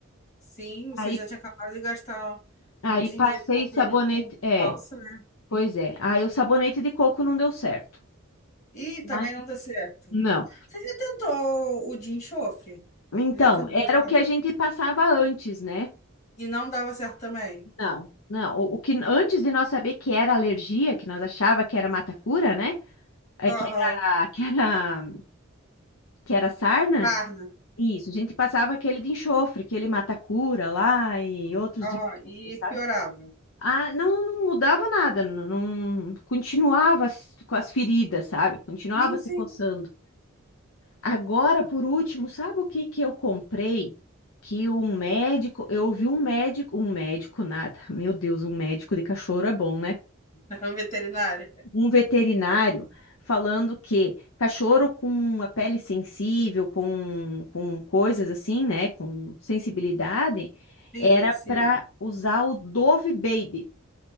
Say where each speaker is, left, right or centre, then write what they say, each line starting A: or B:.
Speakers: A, on the left; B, on the left.
A: Sim, você
B: Aí,
A: já tinha acabado de gastar
B: aí
A: um dinheiro
B: passei
A: comprando
B: sabonete,
A: um
B: é.
A: falso, né?
B: Pois é. Aí o sabonete de coco não deu certo.
A: E também
B: Ai,
A: não deu certo.
B: Não.
A: Você já tentou o de enxofre?
B: Então,
A: Já tentou,
B: era
A: sabe?
B: o que a gente passava antes, né?
A: E não dava certo também.
B: Não, não. O, o que antes de nós saber que era alergia, que nós achava que era matacura, né? É
A: Aham.
B: que era, que era, que era sarna.
A: Carne.
B: Isso, a gente passava aquele de enxofre, aquele matacura lá e outros
A: Aham.
B: de enxofre,
A: E
B: sabe?
A: piorava.
B: Ah, não, não mudava nada, não, não- continuava as- com as feridas, sabe? Continuava
A: Sim,
B: se
A: sim.
B: coçando. Agora, por último, sabe o que que eu comprei? Que um médico, eu ouvi um médico, um médico nada, meu Deus, um médico de cachorro é bom, né?
A: <laughs> Veterinária.
B: Um veterinário falando que cachorro com a pele sensível, com, com coisas assim, né? Com sensibilidade,
A: Sim,
B: era
A: sim.
B: para usar o Dove Baby,